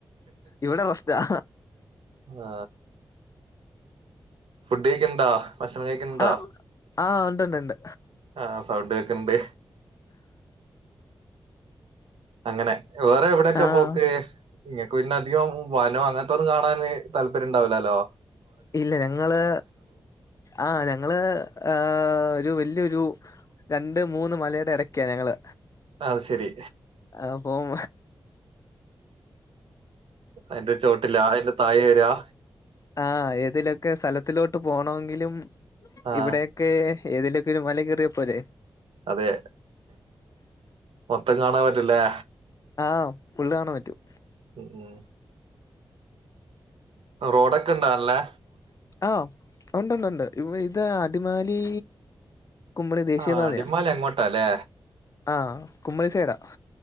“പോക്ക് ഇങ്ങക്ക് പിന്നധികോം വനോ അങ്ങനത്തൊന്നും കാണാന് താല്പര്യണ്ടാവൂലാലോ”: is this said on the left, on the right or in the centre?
Right